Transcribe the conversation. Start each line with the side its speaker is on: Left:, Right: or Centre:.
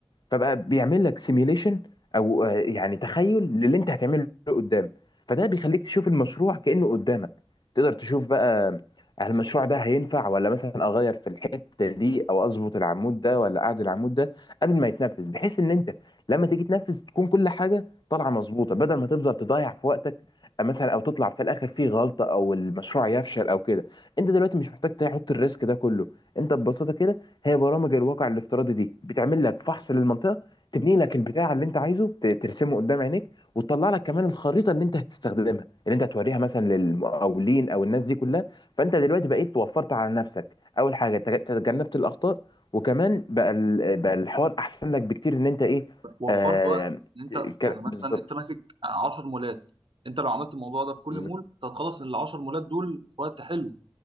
Left: فبقى بيعمل لك سيميليشن او آه، يعني تخيل للي انت هتعمله قدام فده بيخليك تشوف المشروع كأنه قدامك تقدر تشوف بقى هل المشروع ده هينفع ولا مثلا اغير في الحته دي او اظبط العمود ده ولا اعدل العمود ده قبل ما يتنفذ بحيث ان انت لما تيجي تنفذ تكون كل حاجه طالعه مظبوطه بدل ما تفضل تضيع في وقتك آه، مثلا او تطلع في الاخر فيه غلطه او المشروع يفشل او كده انت دلوقتي مش محتاج تحط الريسك ده كله انت ببساطه كده هي برامج الواقع الافتراضي دي بتعمل لك فحص للمنطقه تبني لك البتاع اللي انت عايزه ت- ترسمه قدام عينيك وتطلع لك كمان الخريطه اللي انت هتستخدمها اللي انت هتوريها مثلا للمقاولين او الناس دي كلها فانت دلوقتي بقيت وفرت على نفسك اول حاجه تج- تجنبت الاخطاء وكمان بقى ال- بقى الحوار احسن لك بكتير ان انت ايه
Right: وفرت
Left: آه
Right: وقت ان انت
Left: ك-
Right: يعني مثلا
Left: بالظبط
Right: انت ماسك 10 مولات انت لو عملت الموضوع ده في كل
Left: بالظبط
Right: مول انت هتخلص ال 10 مولات دول في وقت حلو